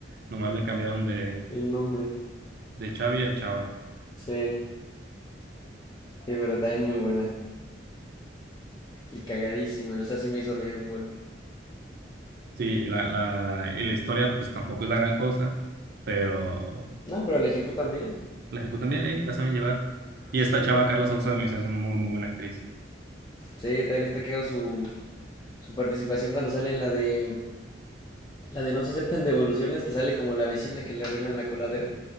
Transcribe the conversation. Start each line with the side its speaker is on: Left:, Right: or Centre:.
Right: nomás le cambiaron de,
Left: El nombre.
Right: de Chavi a Chava.
Left: Sí, sí, pero también muy buena. Y cagadísima, esa sí me hizo reír un buen.
Right: Sí, y la, la, y la historia pues tampoco es la gran cosa, pero...
Left: No, pero el Ejecu también.
Right: La ejecutan bien, ey, la saben llevar. Y esta
Left: Sí,
Right: chava, Carla Sousa, me dice, es muy, muy buena actriz.
Left: sí, también está cagado su, su participación cuando sale en la de la de no se aceptan devoluciones, que sale como la vecina que le arreglan la coladera.